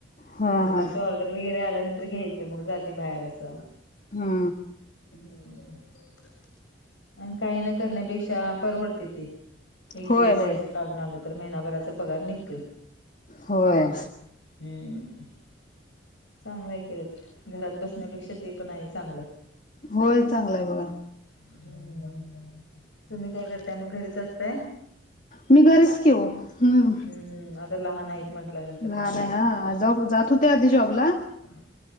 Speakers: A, on the left; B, on the left.
A: हा
B: मग असं ऑर्डर वगैरे आल्यानंतर घ्यायचं मग, जाते बाहेर असं.
A: हा.
B: हम्म, अण काही नं करण्यापेक्षा परवडतय ते, एक दिवस
A: होय होय
B: जायचं काढून आलं तर महिनाभराचा पगार निघतोय.
A: होय.
B: हम्म. चांगलं ए की <unintelligible> घरात बसण्यापेक्षा ते पण आहे चांगलं.
A: होय, चांगलं ए बगा.
B: हम्म तुम्ही काय करताय मग घरीच असताय?
A: मी घरीच की ओ हम्म.
B: हम हम अगं लहान आहेत. म्हटल्यानंतर
A: लहान
B: तर काय
A: आहे हा जात जात होते आधी जॉबला
B: हम